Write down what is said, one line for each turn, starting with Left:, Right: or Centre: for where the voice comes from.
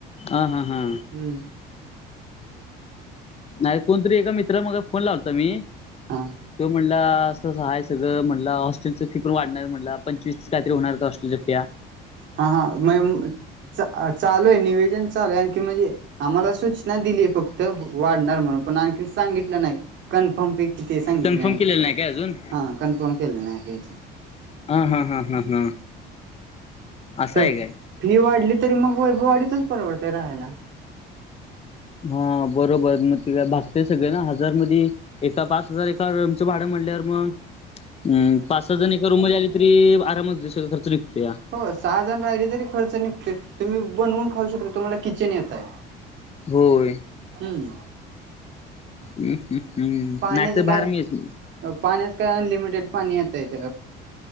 Left: हा हा हा
Right: हम्म
Left: नाही कोणतरी एका मित्रा मग फोन लावता मी
Right: हां
Left: तो म्हटला, असं असं हाय सगळं म्हटला हॉस्टेलच फी पण वाढणार म्हटला पंचवीस -तीस काहीतरी होणार हॉस्टेलच्या फिया
Right: हा हा मये चालू आहे, निवेदन चालूय आणखी म्हणजे आम्हाला सूचना दिलीय फक्त वाढणार म्हणून पण आणखी सांगितलं नाही, कन्फर्म फी किती सांगितले
Left: कन्फर्म
Right: नाही.
Left: केलेलं काय अजून
Right: हा कन्फर्म केले नाही कायच.
Left: हा हा हा हा हा, असं
Right: तर
Left: आहे काय?
Right: फी वाढली तरी मग वैभवाडीतच परवडतेय राहायला.
Left: हा बरोबर मग तला भागते सगळ ना, हजार मध्ये एका पाच हजार एका रुमचं भाडं म्हणल्यावर मग हम पाच- सहा जण एका रूम मध्ये आले तरी आरामात हो सगळं खर्च निघतोया.
Right: हो सहाजण राहिले तरी, खर्च निघतो तुम्ही बनवून खाऊ शकता तुम्हाला किचन येत आहे.
Left: होय
Right: हम्म
Left: हं हं हम्म
Right: पाण्याचं
Left: नाही तर
Right: काय
Left: भार मीच
Right: पाण्याच काय अनलिमिटेड पाणी येत यथ